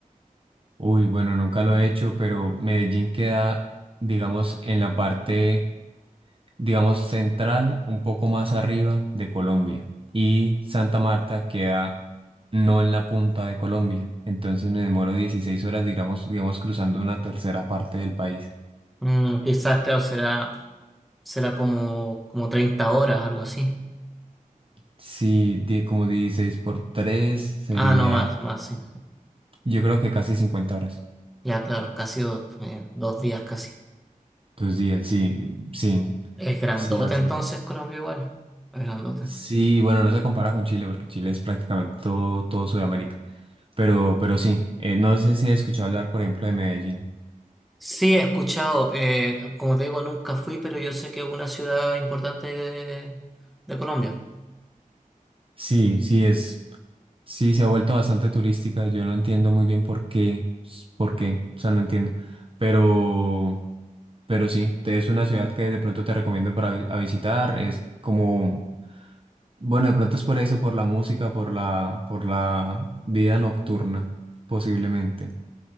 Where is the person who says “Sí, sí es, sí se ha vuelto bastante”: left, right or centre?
Right